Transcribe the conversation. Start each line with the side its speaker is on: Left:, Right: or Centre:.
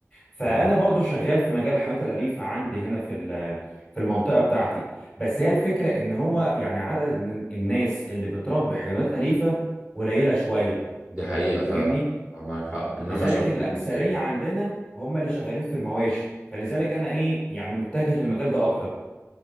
Centre: فأنا
Right: تمام
Centre: برضو شغال في مجال الحيوانات الأليفة عندي هنا في ال- في المنطقة بتاعتي بس هي الفكرة إن هو يعني عدد الن- الناس اللي بتربي حيوانات أليفة قليلة شوية
Right: دي حقيقة ف
Centre: فاهمني
Right: معاك حق إنما
Centre: لذلك
Right: شغل
Centre: الاكثريه
Right: ال-
Centre: عندنا هم اللي شغالين في المواشي فلذلك انا ايه يعني متجه للمجال ده اكتر